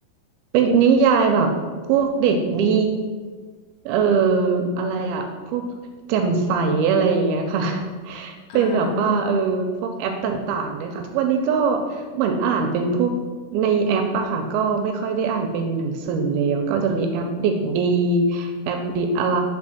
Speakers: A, on the right; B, on the left.
A: เป็นนิยายแบบพวกเด็กดีเอ่ออะไรอะพวกแจ่มใสอะไรอย่างเงี้ยค่ะ <laughs>
B: อ่า
A: เป็นแบบว่าเออพวกแอปต่างๆเลยค่ะทุกวันนี้ก็เหมือนอ่านเป็นพวกในแอปอะค่ะ ก็ไม่ค่อยได้อ่านเป็นหนังสือแล้วก็จะมีแอปเด็กดีแอปดิดอะไร